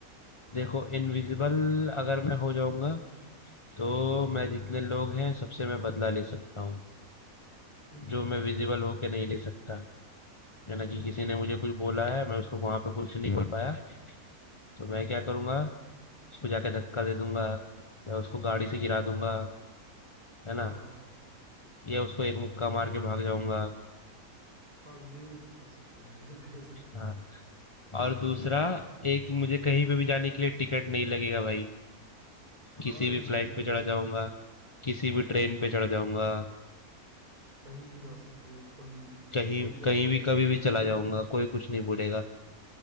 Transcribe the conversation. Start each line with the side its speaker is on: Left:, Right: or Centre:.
Left: देखो इनविजिबल अगर मैं हो जाऊंगा तो
Right: हम्म
Left: मैं जितने लोग हैं सबसे मैं बदला ले सकता हूँ
Right: हम्म हम्म
Left: जो मैं विजिबल होके नहीं ले सकता यानी
Right: हम्म
Left: कि
Right: हम्म
Left: किसी
Right: हम्म हम्म,
Left: ने मुझे कुछ बोला है मैं उसको वहां पे कुछ नहीं बोल पाया तो मैं
Right: हम्म,
Left: क्या करूंगा उसको जाके धक्का दे दूंगा या उसको गाड़ी से
Right: बिल्कुल।
Left: गिरा दूंगा है ना
Right: हाँ हाँ हाँ
Left: या उसको एक मुक्का मार के भाग जाऊंगा
Right: हाँ ये तो कर सकते हो ये कर सकते
Left: हाँ
Right: हो आप
Left: और दूसरा एक मुझे कहीं पे भी जाने के लिए टिकट नहीं लगेगा भाई
Right: हाँ
Left: किसी भी
Right: इनविजिबल
Left: फ्लाइट पे चढ़ा
Right: हो तो
Left: जाऊंगा किसी भी ट्रेन पे चढ़ जाऊंगा
Right: कहीं भी जा सकते हो कभी भी
Left: कहीं
Right: कोई
Left: कहीं
Right: आपका
Left: भी कभी
Right: गोल्ड
Left: भी चला जाऊंगा कोई कुछ नहीं बोलेगा